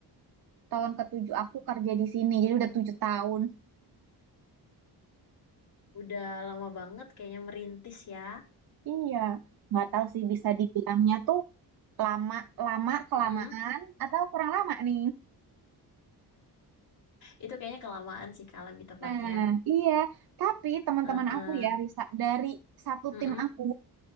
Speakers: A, on the right; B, on the left.
A: tahun ketujuh
B: Wow.
A: aku kerja di sini. Jadi
B: Wow.
A: udah tujuh tahun.
B: Udah lama banget kayaknya merintis ya.
A: Iya, nggak tahu sih bisa dibilangnya tuh lama lama kelamaan
B: Mm-mm.
A: atau kurang lama nih.
B: Itu kayaknya kelamaan sih, Kak, lebih tepatnya.
A: Nah, iya, tapi teman-teman
B: Heeh.
A: aku ya Risa dari satu
B: Mm-mm.
A: tim aku